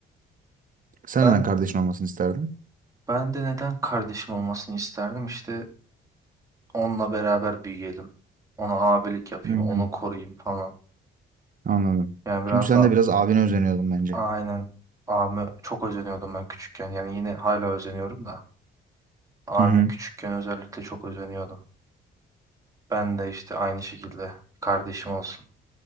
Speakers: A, on the right (about 45°); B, on the right (about 15°).
A: Sen
B: Ben
A: neden kardeşin olmasını isterdin?
B: ben de neden kardeşim olmasını isterdim? İşte onunla beraber büyüyelim. Ona abilik yapayım,
A: Hı hı.
B: onu koruyayım falan.
A: Anladım.
B: Yani biraz
A: Çünkü sen
B: da
A: de biraz abine özeniyordun bence.
B: aynen abime çok özeniyordum ben küçükken. Yani yine hala özeniyorum da. Abime
A: Hı hı.
B: küçükken özellikle çok özeniyordum. Ben de işte aynı şekilde kardeşim olsun.